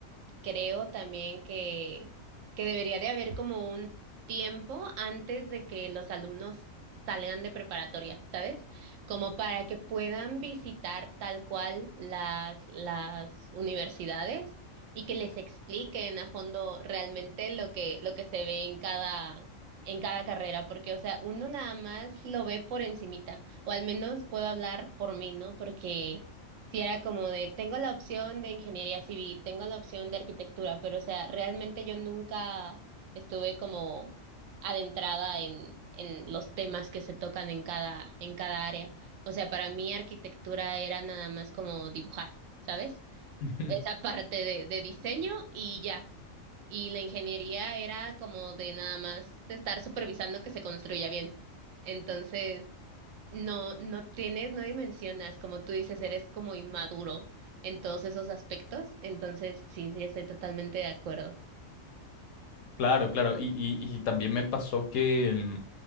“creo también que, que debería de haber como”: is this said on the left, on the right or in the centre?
Right